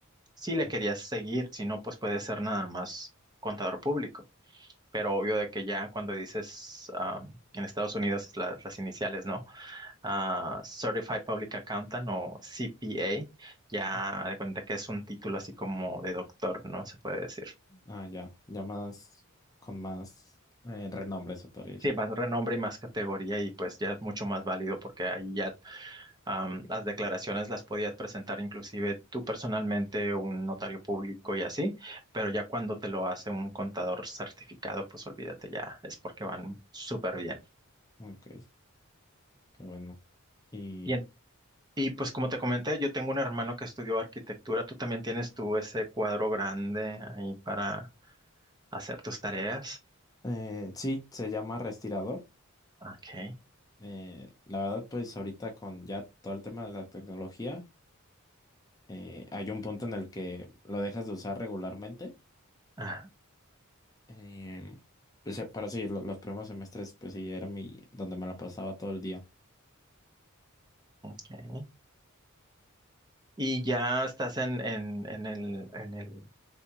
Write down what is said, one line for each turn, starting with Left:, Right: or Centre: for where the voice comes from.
Right: Si le
Left: ok,
Right: querías seguir, si no, pues puede ser nada más contador público pero obvio de que ya cuando dices ah, en Estados Unidos la- las iniciales, ¿no? Ah, Certified Public Accountant o CPA, ya
Left: ok.
Right: de cuenta que es un título así como de doctor, ¿no? Se puede decir.
Left: Ah, ya, ya más con más eh, renombre se podría decir.
Right: Sí, más renombre y más categoría y pues ya es mucho más válido porque ahí ya am, las declaraciones las podías presentar inclusive tú personalmente, un notario público y así, pero ya cuando te lo hace un contador certificado, pues olvídate ya, es porque van súper bien.
Left: Ok, qué bueno. Y
Right: Y Y pues como te comenté, yo tengo un hermano que estudió arquitectura. Tú también tienes tú ese cuadro grande ahí para hacer tus tareas.
Left: eh, sí, se llama Restirador.
Right: Ok.
Left: Eh, la verdad, pues ahorita con ya todo el tema de la tecnología. eh, hay un punto en el que lo dejas de usar regularmente.
Right: Ah,
Left: Eh, pues, eh, pero sí, lo- los primeros semestres, pues sí, era mi, donde me la pasaba todo el día.
Right: ok. Y ya estás en, en, en el, en el,